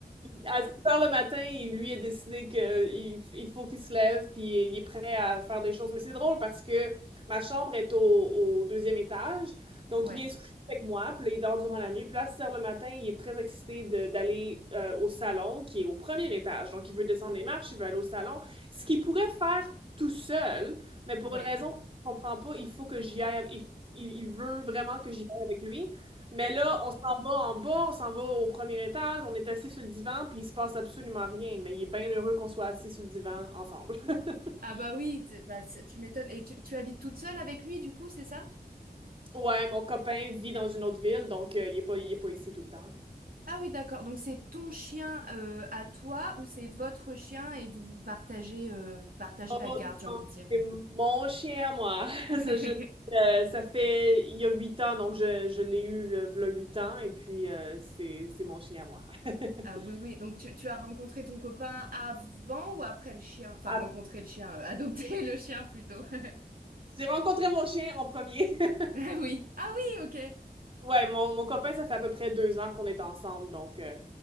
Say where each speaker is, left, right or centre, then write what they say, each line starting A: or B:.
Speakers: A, on the right; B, on the right.
A: À 6 heures le matin, il- lui a décidé qu'il il faut qu'il se lève, puis il est prêt à faire des choses. Mais c'est drôle parce que ma chambre est au, au deuxième étage, donc
B: Ouais,
A: il vient se coucher avec moi, puis là, il dort durant la nuit. Puis là, à 6 heures le matin, il est très excité de- d'aller euh, au salon, qui est au premier étage. Donc, il veut descendre les marches, il veut aller au salon, ce qu'il pourrait faire tout seul, mais pour
B: ouais.
A: une raison qu'on ne comprend pas, il faut que j'y aille. avec- Il, il veut vraiment que j'y aille avec lui. Mais là, on s'en va en bas, on s'en va au premier étage, on est assis sur le divan, puis il se passe absolument rien. Mais il est bien heureux qu'on soit assis sur le divan ensemble. <laughs>
B: Ah bah oui, t- bah, c'est- tu m'étonnes. Et tu, tu habites toute seule avec lui, du coup, c'est ça?
A: Ouais, mon copain vit dans une autre ville, donc euh, il est pas, il est pas ici tout le temps.
B: Ah oui, d'accord. Donc c'est ton chien euh, à toi ou c'est votre chien et vous vous partagez, euh, vous partagez
A: Oh
B: la garde, j'ai envie
A: non,
B: de dire.
A: c'est mon chien à moi. <laughs>
B: <laughs>
A: Ça, je- euh, ça fait il y a huit ans, donc je, je l'ai eu euh, v'là huit ans, et puis euh, c'est c'est mon chien à moi. <laughs>
B: Ah oui, oui. Donc tu, tu as rencontré ton copain avant ou après le chien? Enfin,
A: Ah,
B: rencontré le chien, euh, adopté <laughs> le chien plutôt. <laughs>
A: j'ai rencontré mon chien en premier. <laughs>
B: Ah Oui. Ah oui, ok.
A: Ouais, mon, mon copain, ça fait à peu près deux ans qu'on est ensemble, donc euh,